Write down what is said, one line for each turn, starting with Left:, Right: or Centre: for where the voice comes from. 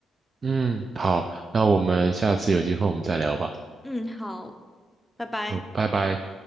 Right: 嗯，好，那我们下次有机会我们再聊吧。
Centre: 嗯，好，拜拜。
Right: 好，拜拜。